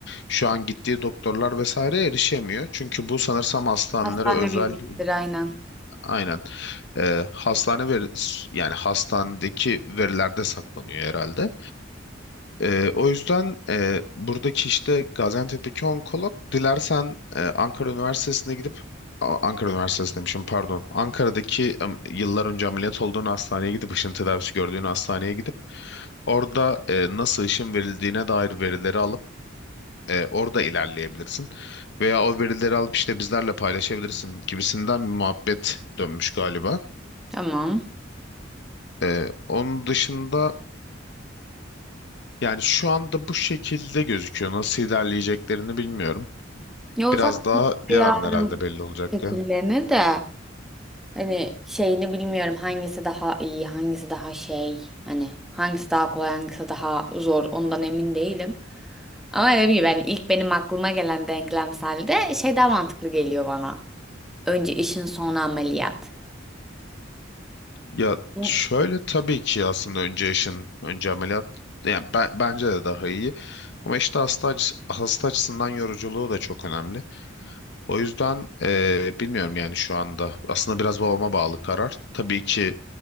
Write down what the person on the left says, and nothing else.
şu an gittiği doktorlar vesaire erişemiyor. Çünkü bu sanırsam hastanelere
özel
aynen e, hastane veri, yani hastanedeki verilerde saklanıyor herhalde. E, o yüzden e, buradaki işte Gaziantep'teki onkolog dilersen e, Ankara Üniversitesi'ne gidip A- Ankara Üniversitesi demişim pardon. Ankara'daki em, yıllar önce ameliyat olduğun hastaneye gidip ışın tedavisi gördüğün hastaneye gidip orada e, nasıl ışın verildiğine dair verileri alıp e, orada ilerleyebilirsin. Veya o verileri alıp işte bizlerle paylaşabilirsin gibisinden bir muhabbet dönmüş galiba.
E, onun dışında yani şu anda bu şekilde gözüküyor. Nasıl ilerleyeceklerini bilmiyorum.
Biraz
daha yarın
herhalde belli olacak
ya.
Ya
şöyle tabii ki aslında önce yaşın, önce ameliyat yani ben, bence de daha iyi. Ama işte hasta, acısı- hasta açısından yoruculuğu da çok önemli. O yüzden eee, bilmiyorum yani şu anda. Aslında biraz babama bağlı karar. Tabii ki